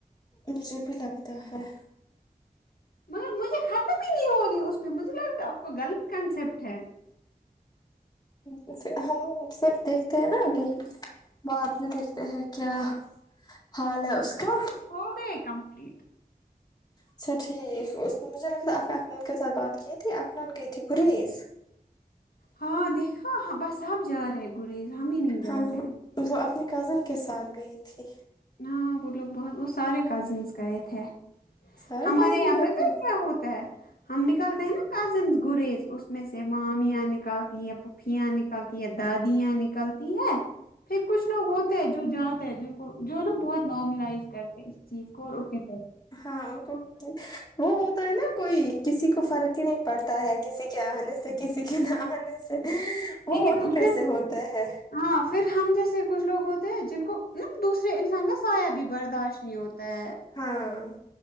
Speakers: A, on the left; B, on the left.
A: مجھے بھی لگتا ہے
B: مگر مجھے ختم ہی نہیں ہو رہی ہے اس پہ مجھے لگتا ہے آپ کو غلط کنسپٹ ہے
A: ویسے ہم سب دیکھتے ہیں نا ابھی بعد میں دیکھتے ہیں کیا ہ حال ہے اس کا
B: ہوگے کمپلیٹ
A: اچھا ٹھیک اس نے مجھے لگتا عفنان کے ساتھ بات کی تھی عفنان گئی تھی گریز
B: ہاں دیکھا ہ بس سب جا رہے ہیں گریز ہم ہی نہیں جا
A: ہاں
B: رہے ہیں
A: وہ اپنے کزن کے ساتھ گئی تھی
B: نا وہ لوگ بہت وہ سارے کزنس گئے تھے
A: سارے
B: ہمارے
A: کزن
B: یہاں
A: گئے
B: پر سایڈ
A: تھے
B: کیا ہوتا ہے ہم نکلتے ہیں نا کزنس گریز اس میں سے مامیاں نکلتی ہے پ ھوپھیاں نکلتی ہے دادیاں نکلتی ہیں پھر کچھ لوگ ہوتے ہیں جو جاتے ہیں جن کو جو ہے نا بہت نارملائز کرتے ہیں کور اوکے
A: ہاں ان کو وہ ہوتا ہے نا کوئی کسی کو فرق ہی نہیں پڑتا ہے کسی کیا آنے سے کسی کے نہ آنے سے وہ
B: لیکن
A: انہیں
B: ان
A: میں
B: کن
A: سے ہوتے ہے
B: ہاں پھر ہم جیسے کچھ لوگ ہوتے ہیں جن کو نا دوسرے انسان کا سایہ بھی برداشت نہیں ہوتا ہے
A: ہاں